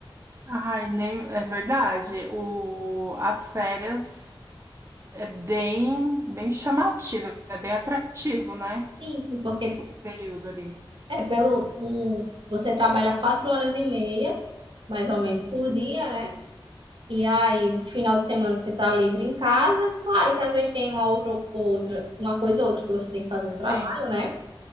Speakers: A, on the right (about 30°); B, on the right (about 60°).
A: Ai, nem é verdade. O, as férias. É bem, bem chamativo, é bem atrativo, né?
B: Sim, sim, porque
A: O o período ali.
B: é pelo o, você trabalha quatro horas e meia, mais ou menos por dia, né? E aí, no final de semana você tá livre em casa. Claro que às vezes tem uma outra, outra, uma coisa ou outra que você tem que fazer no trabalho,
A: Sim.
B: né?